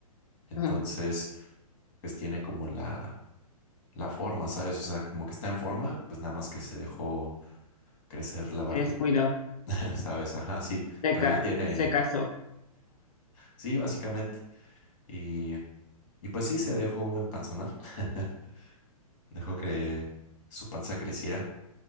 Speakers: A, on the left; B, on the left.
A: entonces
B: ujú.
A: pues tiene como la, la forma, ¿sabes? O sea, como que está en forma, pues nada más que se dejó crecer la barriga,
B: Se descuidó,
A: <laughs> ¿sabes? Ajá, sí,
B: se,
A: pero
B: ca-
A: él tiene,
B: se casó.
A: sí, básicamente. Y Y pues sí, se dejó empanzonar, <laughs> dejó que su panza creciera,